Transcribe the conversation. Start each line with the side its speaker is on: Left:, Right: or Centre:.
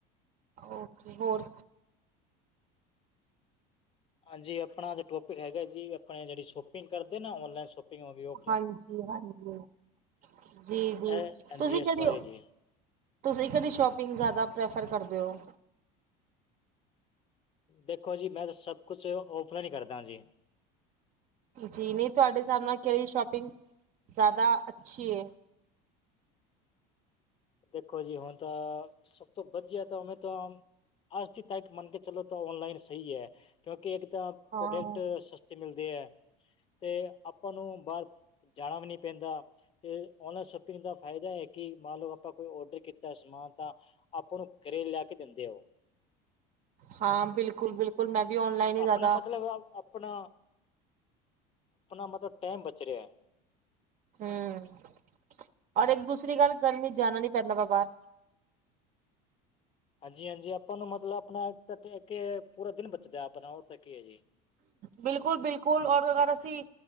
Right: ਓਕੇ, ਹੋਰ।
Left: ਹਾਂਜੀ ਆਪਣਾ ਅੱਜ ਟੋਪਿਕ ਹੈਗਾ ਜੀ ਆਪਣੇ ਜਿਹੜੀ ਸ਼ੋਪਿੰਗ ਕਰਦੇ ਨਾ ਔਨਲਾਈਨ ਸ਼ੋਪਿੰਗ ਹੋ ਗਈ ਉਹ।
Right: ਹਾਂਜੀ, ਹਾਂਜੀ, ਜੀ ਜੀ
Left: ਇਹ ਹਾਂਜੀ
Right: ਤੁਸੀਂ
Left: ਇਸ
Right: ਕਦੀ।
Left: ਬਾਰੇ ਜੀ
Right: ਤੁਸੀਂ ਕਿਹੜੀ ਸ਼ੋਪਿੰਗ ਜ਼ਿਆਦਾ ਪ੍ਰੈਫਰ ਕਰਦੇ ਹੋ?
Left: ਦੇਖੋ ਜੀ, ਮੈਂ ਤਾਂ ਸਭ ਕੁਛ ਓਫਲਾਈਨ ਹੀ ਕਰਦਾ ਜੀ।
Right: ਜੀ ਨਹੀਂ ਤੁਹਾਡੇ ਹਿਸਾਬ ਨਾਲ ਕਿਹੜੀ ਸ਼ੋਪਿੰਗ ਜ਼ਿਆਦਾ ਅੱਛੀ ਹੈ।
Left: ਦੇਖੋ ਜੀ, ਹੁਣ ਤਾਂ ਸਭ ਤੋਂ ਬਚਤ ਹੋਵੇ ਤਾਂ। ਅੱਜ ਦੀ ਤੱਕ ਮੰਨ ਕੇ ਚਲੋ ਤਾਂ ਔਨਲਾਈਨ ਸਹੀ ਹੈ ਕਿਉਂਕਿ ਇੱਕ ਤਾਂ
Right: ਹਾਂ।
Left: ਪ੍ਰੋਡਕਟ ਸਸ। ਅੱਜ ਮਿਲਦੇ ਹੈ। ਤੇ ਆਪਾਂ ਨੂੰ ਬਾਹਰ। ਜਾਣਾ ਵੀ ਨਹੀਂ ਪੈਂਦਾ ਤੇ ਔਨਲਾਈਨ ਸ਼ੋਪਿੰਗ ਦਾ ਫਾਇਦਾ ਹੈ ਕਿ ਮੰਨ ਲਓ। ਆਪਾਂ ਕੋਈ ਔਡਰ ਕੀਤਾ ਸਮਾਨ ਤਾਂ ਆਪਾਂ ਨੂੰ ਘਰੇ ਲਿਆ ਕੇ ਦਿੰਦੇ ਹੈ ਉਹ।
Right: ਹਾਂ ਬਿਲਕੁਲ- ਬਿਲਕੁਲ ਮੈਂ ਵੀ ਔਨਲਾਈਨ ਹੀ ਜ਼ਿਆਦਾ।
Left: ਆਪਣਾ ਮਤਲਬ ਆਪਣਾ, ਮਤਲਬ ਟਾਈਮ ਬਚ ਰਿਹਾ ਹੈ।
Right: ਹੂੰ ਔਰ ਇੱਕ ਦੂਸਰੀ ਗੱਲ ਗਰਮੀ ਜਾਣਾ ਨੀ ਪੈਂਦਾ ਹੈ ਬਾਹਰ।
Left: ਹਾਂਜੀ- ਹਾਂਜੀ ਆਪਾਂ ਨੂੰ ਮਤਲਬ ਆਪਣਾ ਤਾਂ ਪੂਰਾ ਦਿਨ ਬਚਦਾ ਆਪਣਾ ਉਹ ਤਾਂ ਕੀ ਹੈ ਜੀ।
Right: ਬਿਲਕੁਲ -ਬਿਲਕੁਲ ਔਰ ਅਗਰ ਅਸੀਂ।